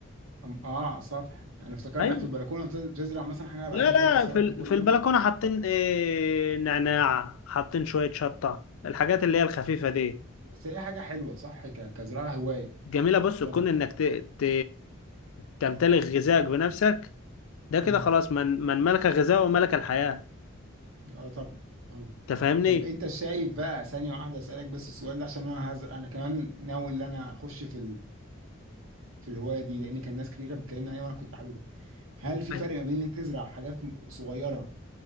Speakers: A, on the right; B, on the left.
A: أم- اه على السطح انا افتكرتك
B: ايوه
A: في البلكونة بتز- بتزرع مثلا حاجة على
B: لا
A: قد طبق سلطة
B: لا في ال-
A: كل
B: في
A: يوم
B: البلكونه حاطين آه، نعناع حاطين شويه شطه الحاجات اللي هي الخفيفه دي
A: بس هي حاجة حلوة صح ك- كزراعة هواية
B: جميله بص تكون
A: طب
B: انك ت... ت... تمتلك غذائك بنفسك ده
A: امم
B: كده خلاص من من ملك الغذاء وملك الحياه
A: اه طبعا اه
B: انت فاهمني
A: طب انت شايف بقى ثانية واحدة اسألك بس السؤال ده عشان انا هز... انا كمان ناوي ان انا اخش في ال... في الهواية دي لان كان ناس كتير كانت بتكلمني عليها وانا كنت حاببها هل في
B: أيوة.
A: فرق ما بين انك تزرع حاجات م- صغيرة